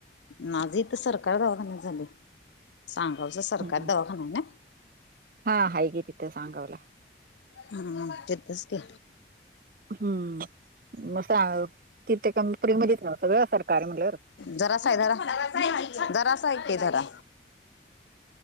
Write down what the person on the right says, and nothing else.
हम्म
हा हाय की तिथं सांगावला.
हम्म मस्त आ तिथं काम फ्रि मध्येच ना सगळं सरकार म्हटल्यावर.